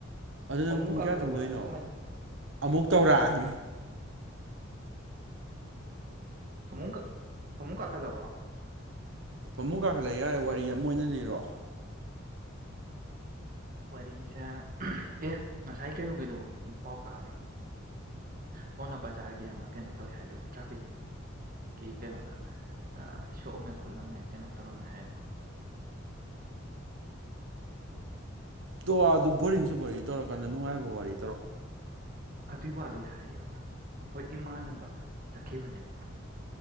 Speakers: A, on the right; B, on the right.
A: ꯑꯗꯨ ꯅꯪ
B: ꯐꯃꯨꯡ
A: ꯄꯨꯡ
B: ꯀꯥꯈꯠꯂꯕꯣ
A: ꯀꯌꯥ ꯇꯨꯝꯗꯣꯏꯅꯣ
B: ꯅꯪꯕꯨ ꯀꯃꯥꯏꯅ
A: ꯑꯃꯨꯛ ꯇꯧꯔꯛꯑꯅꯤ
B: ꯐꯃꯨꯡ ꯐꯃꯨꯡ ꯀꯥꯈꯠꯂꯕ꯭ꯔꯣ
A: ꯐꯃꯨꯡ ꯀꯥꯈꯠꯂꯑꯦ ꯌꯥꯔꯦ ꯋꯥꯔꯤ ꯑꯃ ꯑꯣꯏꯅ ꯂꯤꯔꯣ
B: ꯋꯥꯔꯤꯁꯦ ꯑꯦ ꯉꯁꯥꯏ ꯀꯩꯅꯣꯒꯤꯗꯣ ꯄꯥꯎ ꯇꯥꯕ꯭ꯔꯥ ꯄꯥꯎꯅꯥ ꯕꯖꯥꯔꯒꯤ ꯑꯃ ꯀꯩꯅꯣ ꯇꯧꯋꯤ ꯍꯥꯏꯗꯣ ꯇ꯭ꯔꯥꯐꯤꯛꯀꯤ ꯀꯩꯅꯣꯗ ꯁꯣꯛꯑꯝꯃꯦ ꯈꯣꯠꯂꯝꯃꯦ ꯀꯩꯅꯣ ꯇꯧꯔꯝꯃꯦ ꯍꯥꯏꯗꯣ
A: ꯇꯣ ꯑꯗꯨ ꯕꯣꯔꯤꯡꯁꯨ ꯋꯥꯔꯤ ꯇꯧꯔꯛꯀꯥꯟꯗ ꯅꯨꯡꯉꯥꯏꯕ ꯋꯥꯔꯤ ꯇꯧꯔ
B: ꯑꯗꯨꯏ ꯋꯥꯗ ꯑꯣꯏ ꯍꯥꯏꯌꯦꯕ ꯑꯩꯈꯣꯏ ꯏꯃꯥꯟꯅꯕ ꯆꯠꯈꯤꯕꯅꯦꯕ